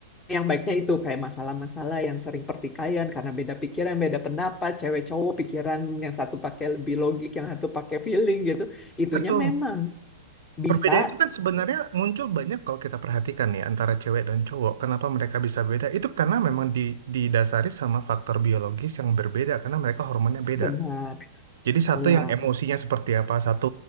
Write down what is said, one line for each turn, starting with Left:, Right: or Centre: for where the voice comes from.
Left: yang baiknya itu kayak masalah-masalah yang sering pertikaian karena beda pikiran, beda pendapat, cewek cowok pikiran yang satu pakai lebih logik, yang satu pakai feeling gitu. Itunya
Right: Betul.
Left: memang bisa
Right: Perbedaan itu kan sebenarnya muncul banyak kalau kita perhatikan ya antara cewek dan cowok. Kenapa mereka bisa beda? Itu karena memang di, didasari sama faktor biologis yang berbeda karena mereka hormonnya beda.
Left: dibenar.
Right: Jadi satu
Left: Ya,
Right: yang emosinya seperti apa, satu